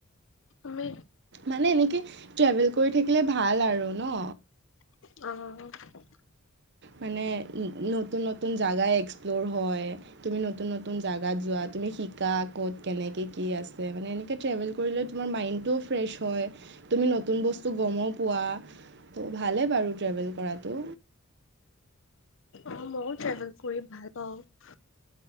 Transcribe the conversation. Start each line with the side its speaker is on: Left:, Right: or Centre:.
Left: আমি
Right: মানে এনেকে ট্ৰেভেল কৰি থাকিলে ভাল আৰু ন।
Left: অঁ।
Right: মানে নতুন নতুন জাগা এক্সপ্ল'ৰ হয়। তুমি নতুন নতুন জাগাত যোৱা, তুমি শিকা ক'ত কেনেকে কি আছে মানে এনেকে ট্ৰেভেল কৰিলে। তোমাৰ মাইণ্ডটোও ফ্ৰেছ হয়, তুমি নতুন বস্তু গমো পোৱা। ভালে বাৰু ট্ৰেভেল কৰাটো।
Left: অঁ, মইও ট্ৰেভেল কৰি ভাল পাওঁ।